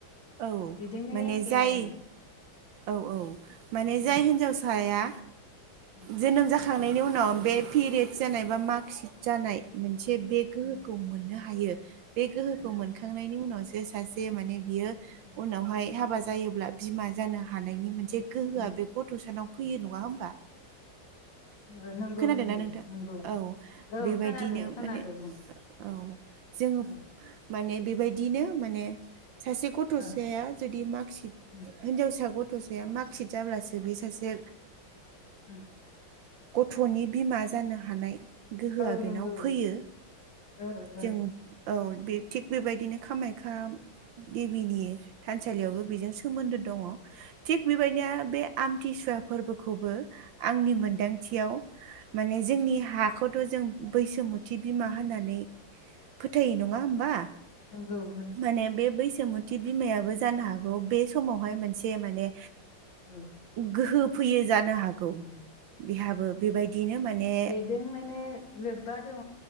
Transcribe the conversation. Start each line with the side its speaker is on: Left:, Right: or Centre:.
Right: औ
Left: बिदिनो
Right: माने
Left: एखे
Right: जाय
Left: आरो
Right: औ औ माने
Left: ओं
Right: जाय हिनजावसाया
Left: ओं
Right: जोनोम ज जाखांनायनि उनाव बे पेरियदस जानाय बा मार्कशिट जानाय मोनसे बेग गोहोखौ
Left: ओं
Right: मोननो हायो बे गोहोखौ
Left: औ
Right: मोनखांनायनि उनावसो सासे माने बियो
Left: ओं
Right: उनावहाय हाबा जायोब्ला बिमा जानो हानायनि मोनसे गोहोआ
Left: ओं
Right: बे गथ सानाव फैयो नङा होमबा?
Left: औ नंगौ
Right: खोनादों
Left: नंगौ
Right: नना नोंथां
Left: नंगौ
Right: औ
Left: औ
Right: बेबायदिनो
Left: खोनादो खोनादो
Right: माने
Left: बुं
Right: औ जोङो
Left: औ
Right: माने बेबायदिनो माने सासे गथ'साया
Left: औ
Right: जुदि मार्कशट
Left: उम
Right: हिनजावसा गथ'साया मार्कशिट जाब्लासो बे सासे
Left: उम।
Right: गथ'नि बिमा जानो हानाय। गोहोआ
Left: औ
Right: बेनाव
Left: नंगौ
Right: फैयो
Left: औ औ
Right: जों औ थिग बेबायदिनो कामाखाख्या देबिनि थानसालियावबो बेजों सोमोन्दो दङ थिग बेबायदिनो बे आमथिसुवा फोरबोखौबो आंनि मोनदां थियाव माने जोंनि हाखौथ' जों बैसुमुथि बिमा होननानै फोथायो नङा होमबा
Left: नंगौ नंगौ
Right: माने बे बैसोमुथि थि बिमायाबो जानो हागौ बे समावहाय मोनसे माने
Left: औ ओ
Right: गोहो फैयो जानो हागौ
Left: उम
Right: बिहाबो बेबायदिनो माने
Left: बेदों माने लोब्बा दङ।